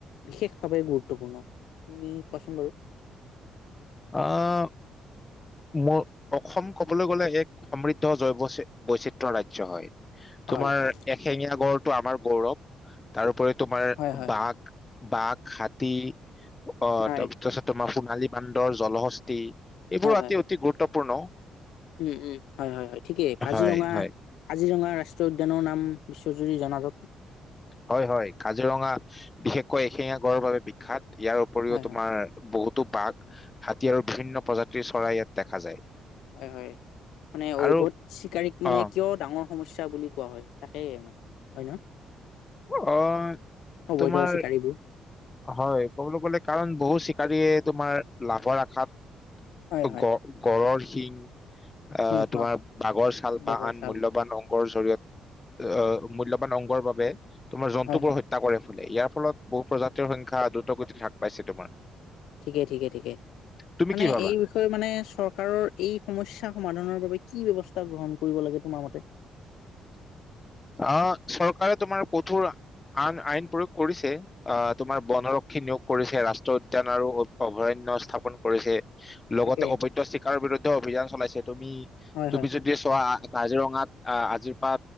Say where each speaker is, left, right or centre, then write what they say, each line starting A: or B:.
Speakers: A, on the left; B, on the left.
A: বিশেষ ভাৱে গুৰুত্বপূৰ্ণ, তুমি কোৱাচোন বাৰু,
B: অঁ ম অসম কবলৈ গলে এক সমৃদ্ধ জৈৱ বৈচিত্ৰ ৰাজ্য হয়।
A: হয়
B: তোমাৰ
A: হয়
B: এহেঙীয়া গড়, টো আমাৰ গৌৰৱ তাৰ উপৰিত, তোমাৰ
A: হয় হয়
B: বাঘ,
A: হয়।
B: বাঘ, হাতী অ
A: হয়
B: তাৰ পিছত তোমাৰ। কালি পান। ৰ জলশস্তি। এইবোৰ
A: হয়
B: অতি
A: হয়
B: অতি গুৰুত্বপূৰ্ণ।
A: উম উম হয় হয় হয় ঠিকেই কাজিৰঙা
B: হয়, হয়,
A: কাজিৰঙা ৰা উচ্চ উদ্যানৰ নাম বিশ্বজুৰি জনাজাত।
B: হয় হয় কাজিৰঙা বিশেষকৈ এশেঙীয়া গড়ৰ বাবে বিখ্যাত। ইয়াৰ উপৰিও
A: হয়
B: তোমাৰ
A: হয়।
B: বহুত। বাঘ হাতী আৰু বিভিন্ন প্ৰজাতিৰ চৰাই ইয়াত দেখা যায়।
A: হয় হয় মানে অবৈধ
B: আৰু
A: চিকাৰীক
B: অ',
A: মানে কিয় ডাঙৰ সমস্যা বুলি- কোৱা হয় তাকেই মানে হয় ন।
B: অ
A: অবৈধ
B: তোমাৰ
A: চিকাৰীবোৰ।
B: হয় ক'বলৈ গ'লে কাৰণ বহু- চিকাৰীয়ে তোমাৰ লাভৰ আশাত।
A: হয় হয়।
B: গ গড়ৰ শিং আহ
A: সিংহ
B: তোমাৰ বাঘৰ চাল
A: বাঘৰ
B: বা আন
A: চাল
B: মূল্যবান অ কল জৰিয়ত মূল্যবান অংগৰ বাবে। তোমাৰ জন্তু
A: হয়
B: বোৰ
A: হয়
B: হত্যা কৰে। ফালে ইয়াৰ ফলত বহু প্ৰজাতিৰ সংখ্যা দ্ৰুত গতিত হ্ৰাস পাইছে তোমাৰ।
A: ঠিকে ঠিকে ঠিকে
B: তুমি
A: মানে
B: কি ভাবা
A: এই বিষয়ে মানে চৰকাৰৰ এই সমস্যা। সমাধানৰ বাবে কি ব্যৱস্থা গ্ৰহণ কৰিব লাগে তোমাৰ মতে।
B: অ চৰকাৰে তোমাৰ কঠোৰ আন আইন প্ৰয়োগ কৰিছে। অ তোমাৰ বনৰক্ষী নিয়োগ। কৰিছে ৰাষ্ট্ৰীয় উদ্যান আৰু অভয়াৰন্য স্থাপন কৰিছে। লগতে
A: তাকে
B: অবৈধ চিকাৰ বিৰুদ্ধ। অভিযান চলাইছে। তুমি
A: হয়
B: তুমি
A: হয়
B: যদি চোৱা। কাজিৰঙাত অ আজিৰ পৰা।